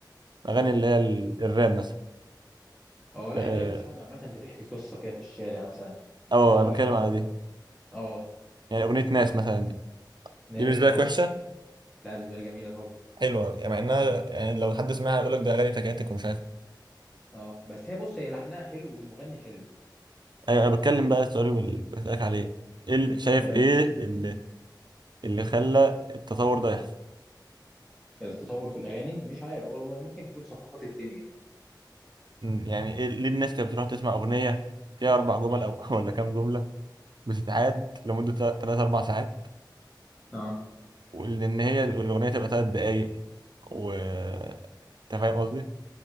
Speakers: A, on the right; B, in the centre.
A: اغاني اللي هي ال- الراب مثلا
B: اه لا
A: اه
B: الاغاني الشعبي عامه بتحكي قصه كده في الشارع مثلا
A: آه،
B: آه
A: انا
B: واحد
A: بتكلم
B: كان
A: على دي
B: اه
A: يعني اغنيه ناس مثلا دي
B: ناس
A: دي بالنسبه
B: اه
A: لك وحشه
B: لا بالنسبه لي جميله طبعا
A: حلوه يعني مع انها يعني لو حد سمعها يقول لك ده اغاني تكاتك ومش عارف إيه.
B: اه بس هي بص هي لحنها حلو والمغني حلو
A: ايوه انا بتكلم بقى السؤال اللي بسالك عليه ايه اللي- شايف
B: تمام
A: ايه اللي اللي خلى التطور ده يحصل
B: التطور في الاغاني مش عارف والله ممكن تكون ثقافات الدنيا
A: مم، يعني ايه ليه الناس كانت بتروح تسمع اغنيه فيها اربع جمل او <laughs> ولا كام جمله بتتعاد لمده ثلاث اربع ساعات
B: اه
A: وان هي الاغنيه تبقى ثلاث دقايق و انت فاهم قصدي